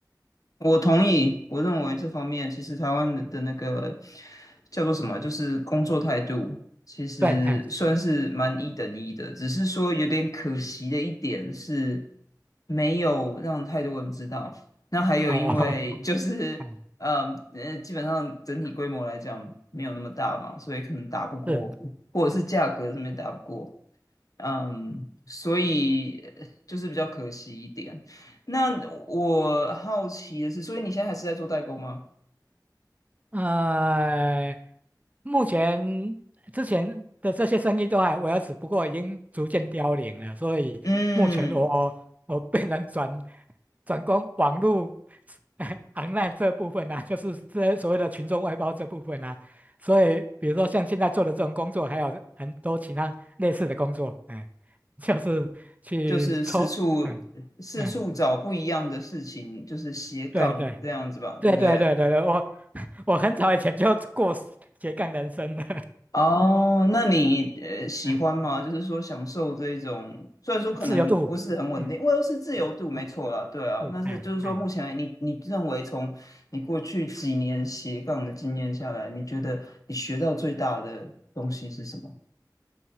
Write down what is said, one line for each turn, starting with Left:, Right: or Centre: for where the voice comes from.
Left: 我同意，我认为这方面其实台湾的的那个
Right: 嗯
Left: 叫做什么，就是工作态度，其实算是蛮一等一的，
Right: 对，哎，
Left: 只是说有点可惜的一点是没有让太多人知道。那还有因为就是，
Right: 哦，<laughs> 哎，
Left: 嗯呃，基本上整体规模来讲没有那么大嘛，所以可能打不过，
Right: 是，
Left: 或者是价格上面打不过。嗯，
Right: 嗯
Left: 所以呃就是比较可惜一点。那我好奇的是，所以你现在还是在做代购吗？
Right: 呃，目前之前的这些生意都还维持，不过已经逐渐凋零了，所以目前我我变成转
Left: 嗯，
Right: 转攻网络 <laughs> online 这部分啊，就是这些所谓的群众外包这部分啊，所以比如说像现在做的这种工作，还有很多其他类似的工作，哎，就是去抽，
Left: 就是四处
Right: 嗯
Left: 四处找不一样的事情，
Right: 嗯，
Left: 就是斜杠这样子吧，
Right: 对对。<laughs> 对对对对对，
Left: 对不对？
Right: 我我很早以前就过斜杠人生了，
Left: 哦，那你呃喜欢吗？
Right: <laughs> 嗯，
Left: 就是说享受这一种，虽然说可能不是很稳定，
Right: 自由度，嗯，
Left: 因为是自由度，没错啦，对啊。
Right: 是，
Left: 但是就是说，
Right: 哎哎
Left: 目前你你认为从你过去几年斜杠的经验下来，你觉得你学到最大的东西是什么？